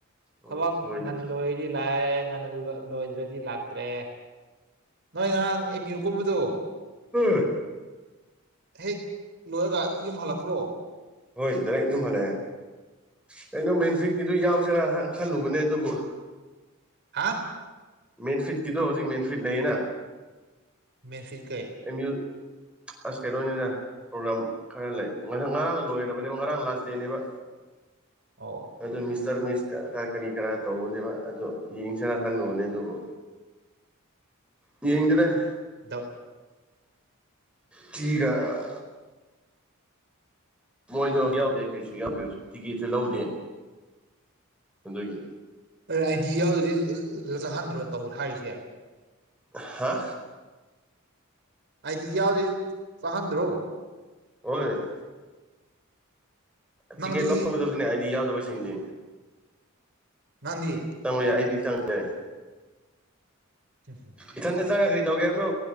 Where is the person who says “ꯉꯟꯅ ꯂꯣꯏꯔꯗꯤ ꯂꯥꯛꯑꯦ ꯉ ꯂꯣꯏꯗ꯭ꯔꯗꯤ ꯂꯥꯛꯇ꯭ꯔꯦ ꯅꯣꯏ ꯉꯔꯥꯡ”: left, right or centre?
Right